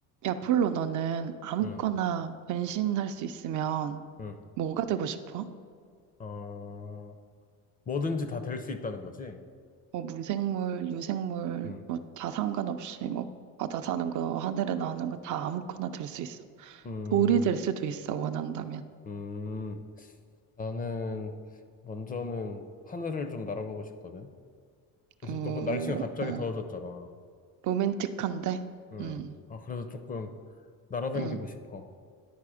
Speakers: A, on the right; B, on the left.
A: 야, 폴로, 너는 아무거나
B: 음,
A: 변신할 수 있으면
B: 음,
A: 뭐가 되고 싶어?
B: 어, 뭐든지 다 될 수 있다는 거지.
A: 뭐 무생물, 유생물,
B: 음,
A: 뭐 다 상관없이 뭐 바다 사는 거, 하늘에 나오는 거 다 아무거나 될 수 있어.
B: 음,
A: 돌이 될 수도 있어, 원한다면.
B: 음. 나는 먼저는 하늘을 좀 날아보고 싶거든. 요새
A: 오,
B: 또그 날씨가 갑자기
A: 어,
B: 더워졌잖아.
A: 로맨틱한데?
B: 음,
A: 응,
B: 아, 그래서 조금 날아다니고
A: 응
B: 싶어.